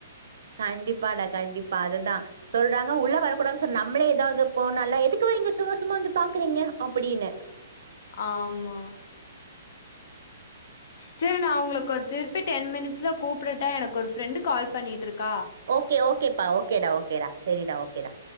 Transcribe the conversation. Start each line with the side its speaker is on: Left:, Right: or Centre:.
Right: கண்டிப்பாடா கண்டிப்பா அதுதா சொல்றாங்க உள்ள வரக்குடாதுன் சொன்னா நம்மளே எதாவ்து போனாலோ எதுக்கும்மா நீங்க சும்மா சும்மா வந்து பாக்கறீங்க அப்படீனு
Left: ஆமா சேரி நா உங்களுக்கு திருப்பி டென் மினிட்ஸ்ல கூப்டட்டா எனக் கொரு ஃப்ரெண்டு் கால் பண்ணீட்ருக்கா
Right: ஓகே ஓகேப்பா ஓகேடா ஓகேடா செரிடா ஓகேடா